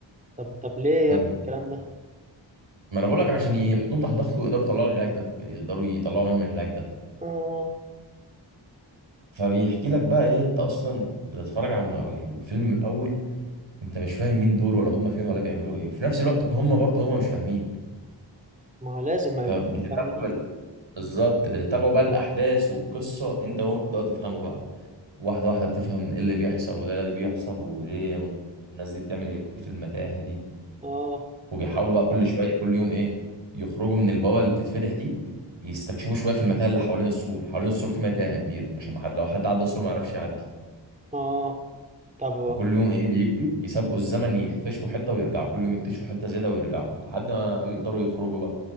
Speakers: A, on the right; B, on the right.
A: طب طب ليه يا
B: طب
A: ابني الكلام ده
B: ما انا بقول لك عشان يحطوهم تحت ضغط ويقدروا يطلعوا العلاج ده يقدروا يطلعوا منهم العلاج ده
A: اه
B: فبيحكي لك بقى ايه انت اصلا بتتفرج على الم- على الفيلم من الاول انت مش فاهم مين دول ولا هم فين ولا بيعملوا ايه وفي نفس الوقت هم برضه هم مش فاهمين
A: ما هو لازم ما
B: فبتتابعوا
A: يبقى فاهمين
B: بال- بالظبط بتتابعوا بقى الاحداث والقصة انت وهو بتبداوا تفهموا بقى واحدة واحدة بتفهم ايه اللي بيحصل وده اللي بيحصل وليه الناس دي بتعمل ايه في المتاهة دي
A: اه
B: وبيحاولوا بقى كل شوية كل يوم ايه يخرجوا من البابا اللي بتتفتح دي يستكشفوا شوية في المتاهة اللي حوالين السور حوالين السور في متاهة كبيرة عشان ما حد لو حد عدى السور ما يعرفش يعدي
A: اه طب
B: فكل يوم ايه بيجروا يسابقوا الزمن يكتشفوا حتة ويرجعوا كل يوم يكتشفوا حتة زيادة ويرجعوا لحد ما يقدروا يخرجوا بقى